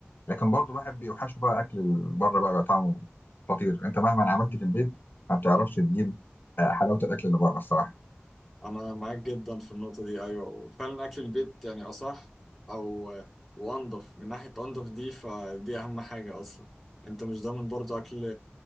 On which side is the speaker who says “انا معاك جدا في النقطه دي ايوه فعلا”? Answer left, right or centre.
Centre